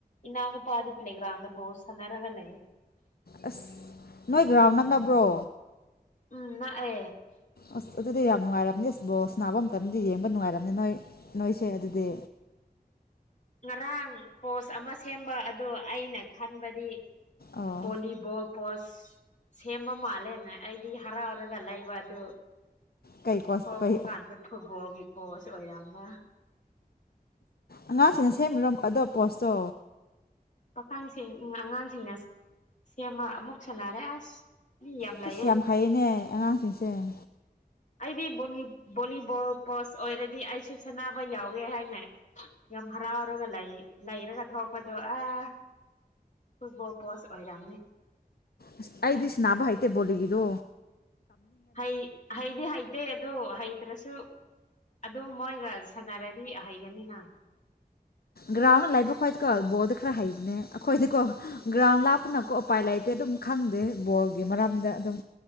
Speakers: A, on the left (about 50°); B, on the left (about 70°).
A: ꯏꯅꯥꯎ ꯅꯨꯄꯥꯗꯤ ꯄ꯭ꯂꯦꯒ꯭ꯔꯥꯎꯟꯗ ꯕꯣꯜ ꯁꯥꯟꯅꯔꯒ ꯂꯩꯌꯦ
B: ꯑꯁ ꯅꯣꯏ ꯒ꯭ꯔꯥꯎꯟ ꯅꯛꯅꯕ꯭ꯔꯣ
A: ꯎꯝ ꯅꯛꯑꯦ
B: ꯑꯁ ꯑꯗꯨꯗꯤ ꯌꯥꯝ ꯅꯨꯡꯉꯥꯏꯔꯝꯅꯤ ꯑꯁ ꯕꯣꯁ ꯁꯅꯥꯕ ꯃꯇꯝꯗꯤ ꯌꯦꯡꯕ ꯅꯨꯡꯉꯥꯏꯔꯝꯅꯤ ꯅꯣꯏ ꯅꯣꯏꯁꯦ ꯑꯗꯨꯗꯤ
A: ꯉꯔꯥꯡ ꯄꯣꯁ ꯑꯃ ꯁꯦꯝꯕ ꯑꯗꯨ ꯑꯩꯅ ꯈꯟꯕꯗꯤ
B: ꯑꯣ
A: ꯚꯣꯂꯤꯕꯣꯜ ꯄꯣꯁ ꯁꯦꯝꯕ ꯃꯥꯜꯂꯦꯅ ꯑꯩꯗꯤ ꯍꯔꯥꯎꯔꯒ ꯂꯩꯕ ꯑꯗꯨ
B: ꯀꯩ ꯀꯣꯁ
A: ꯊꯣꯔꯛꯄ
B: ꯀꯩ
A: ꯀꯥꯟꯗ ꯐꯨꯠꯕꯣꯜꯒꯤ ꯐꯣꯁ ꯑꯣꯏꯔ ꯕꯥ ꯍꯝ
B: ꯑꯉꯥꯡꯁꯤꯡꯅ ꯁꯦꯝꯃꯤꯔꯣ ꯑꯗꯣ ꯄꯣꯁꯇꯣ
A: ꯄꯥꯈꯪꯁꯤꯡ ꯎꯝ ꯑꯉꯥꯡꯁꯤꯡꯅ ꯁꯦꯝꯃ ꯑꯃꯨꯛ ꯁꯥꯟꯅꯔꯦ ꯑꯁ ꯃꯤ
B: ꯁꯤꯁ
A: ꯂꯩꯌꯦ
B: ꯌꯥꯝ ꯍꯩꯌꯦꯅꯦ ꯑꯉꯥꯡ ꯏꯁꯦꯟ
A: ꯑꯩꯗꯤ ꯕꯣꯂꯤ ꯕꯣꯂꯤꯕꯣꯜ ꯄꯣꯁ ꯑꯣꯏꯔꯗꯤ ꯑꯩꯁꯨ ꯁꯥꯟꯅꯕ ꯌꯥꯎꯒꯦ ꯍꯥꯏꯅ ꯌꯥꯝ ꯍꯔꯥꯎꯔꯒ ꯂꯩ ꯂꯩꯔꯒ ꯊꯣꯛꯄꯗꯣ ꯑꯥ ꯐꯨꯠꯕꯣꯜ ꯄꯣꯁ ꯑꯣꯏꯔꯝꯃꯤ
B: ꯑꯁ ꯑꯩꯗꯤ ꯁꯅꯥꯕ ꯍꯩꯇꯦ ꯕꯣꯜꯂꯤꯒꯤꯗꯣ
A: ꯍꯩ ꯍꯩꯗꯤ ꯍꯩꯇꯦ ꯑꯗꯨꯣ ꯍꯩ ꯅꯠꯇ꯭ꯔꯁꯨ ꯑꯗꯨꯝ ꯃꯣꯏꯒ ꯁꯥꯟꯅꯔꯗꯤ ꯍꯩꯒꯅꯤꯅ
B: ꯒ꯭ꯔꯥꯎꯟꯗ ꯂꯩꯕ ꯈꯣꯏꯗꯤꯀꯣ ꯕꯣꯜꯗꯣ ꯈꯔ ꯍꯩꯕꯅꯦ ꯑꯈꯣꯏꯗꯤꯀꯣ ꯒ꯭ꯔꯥꯎꯟ ꯂꯥꯞꯄꯅꯀꯣ ꯎꯄꯥꯏ ꯂꯩꯇꯦ ꯑꯗꯨꯝ ꯈꯪꯗꯦ ꯕꯣꯜꯒꯤ ꯃꯔꯝꯗ ꯑꯗꯨꯝ